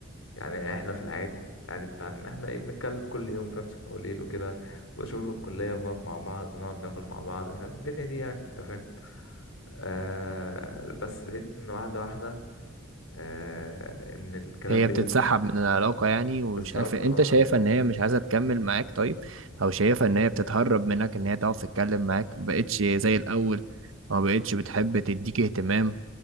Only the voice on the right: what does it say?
هي
بتتسحب
من العلاقة يعني وشايف
انت
شايفة
ان هي مش عايزة تكمل معاك طيب او شايفة ان هي بتتهرب منك ان هي تعرف تتكلم معاك مبقتش زي الاول ما بقتش بتحب تديك اهتمام